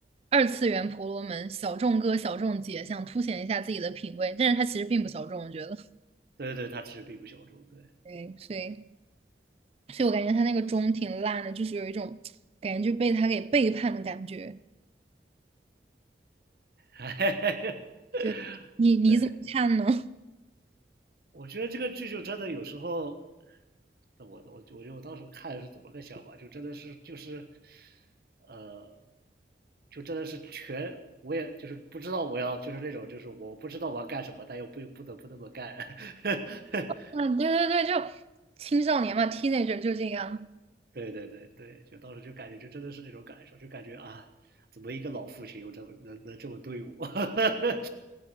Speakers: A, on the right; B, on the right.
A: 二次元婆罗门、小众哥、小众姐，想凸显一下自己的品味，但是他其实并不小众，我觉得。
B: 对对，他其实并不小众，对，
A: 对，所以所以我感觉他那个钟挺烂的，就是有一种感觉就被他给背叛的感觉。
B: <laughs>
A: 对，你你怎么看呢？
B: 对，
A: <laughs>
B: 我觉得这个剧就真的有时候。那我我我觉得我当时看是怎么个想法，就真的是就是，呃，就真的是全，我也就是不知道我要就是那种就是我不知道我要干什么，但又不不得不那么干。<laughs>
A: 嗯，对对对，就青少年嘛，teenager 就这样。
B: 对对对对，就当时就感觉就真的是那种感受，就感觉啊，怎么一个老父亲又这么能能这么对我？<laughs>